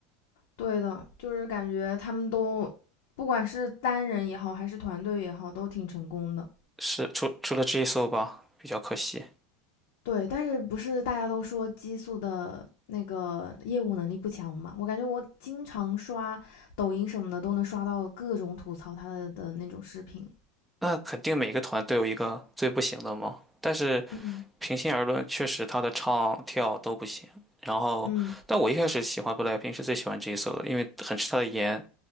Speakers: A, on the left; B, in the centre.
A: 对的，就是感觉他们都不管是单人也好，还是团队也好，都挺成功的。
B: 是除除了 j i s o 吧，比较可惜。
A: 对，但是不是大家都说激素的那个业务能力不强嘛？我感觉我经常刷抖音什么的，都能刷到各种吐槽他的的那种视频。
B: 那肯定每个团都有一个最不行的嘛，但是
A: 嗯
B: 平心而论，确实她的唱跳都不行。然后，
A: 嗯，
B: 但我一开始喜欢 BLACKPINK 是最喜欢 j i s o 的，因为很吃她的颜，